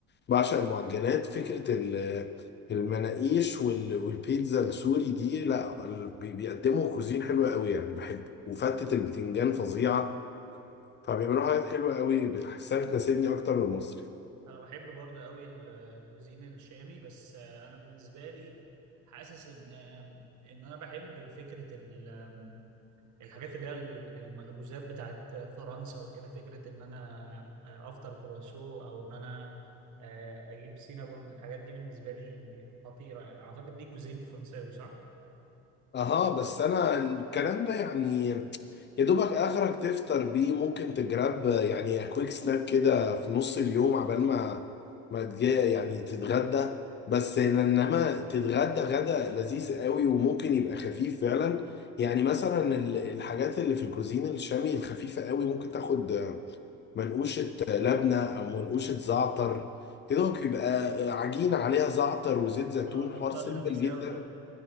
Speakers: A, on the left (about 35°); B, on the right (about 65°).
A: بعشق المعجنات فكرة ال- المناقيش وال- والبيتزا السوري دي لا ال- بي- بيقدموا كوزين حلوة قوي يعني بحبه وفتة البتنجان فظيعة فبيعملوا حاجات حلوة قوي بحسها بتناسبني أكتر من المصري
B: انا بحب برضه قوي الكوزين الشامي بس آه انا بالنسبه لي حاسس ان آم، ان انا بحب فكره ال- آم، الحاجات اللي هي ال- المخبوزات بتاعت فرنسا وكده فكره ان انا آه، افطر كرواسو او ان انا آه، اجيب سينابون الحاجات دي بالنسبه لي خطيره يعني اعتقد دي كوزين فرنساوي صح
A: أها بس أنا الكلام ده يعني يا دوبك اخرك تفطر بيه ممكن تجرب يعني كويك سناك كده في نص اليوم عبال ما ما تجي يعني تتغدى بس انما تتغدى غدا لذيذ قوي وممكن يبقى خفيف فعلا يعني مثلا ال- الحاجات اللي في الكوزين الشامي الخفيفة قوي ممكن تاخد منقوشة لبنة او منقوشة زعتر كده بيبقى عجينة عليها زعتر وزيت زيتون
B: اه ده
A: حوار
B: فطار
A: سيمبل
B: لذيذ
A: جدا
B: قوي ده